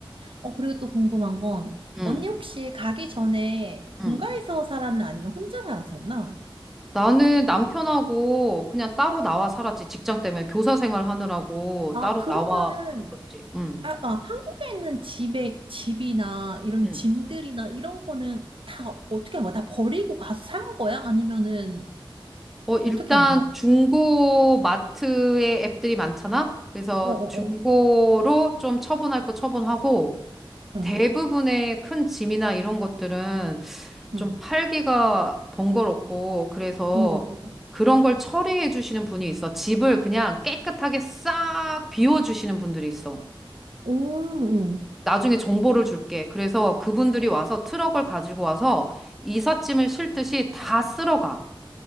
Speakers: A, on the right (about 70°); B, in the centre.
A: 어, 그리고 또 궁금한 건,
B: 응,
A: 언니 혹시 가기 전에
B: 응.
A: 본가에서 살았나 아니면 혼자 살았었나?
B: 나는 남편하고 그냥 따로 나와 살았지. 직장 때문에 교사 생활 하느라고
A: 아,
B: 따로
A: 그러면은,
B: 나와 살았었지. 응,
A: 아, 아, 한국에 있는 집에, 집이나 이런
B: 응.
A: 짐들이나 이런 거는 다 어떻게 한 거야? 다 버리고 가서 산 거야? 아니면은
B: 어, 일단
A: 어떻게 한 거야?
B: 중고 마트에 앱들이 많잖아? 그래서
A: 어어어.
B: 중고로 좀 처분할 거 처분하고
A: 응,
B: 대부분의 큰 짐이나 이런 것들은 좀
A: 응,
B: 팔기가 번거롭고 그래서
A: 응, 응, 응.
B: 그런 걸 처리해 주시는 분이 있어. 집을 그냥 깨끗하게 싹 비워 주시는 분들이 있어.
A: 오, 응.
B: 나중에 정보를 줄게. 그래서 그분들이 와서 트럭을 가지고 와서 이삿짐을 싣듯이 다 쓸어가.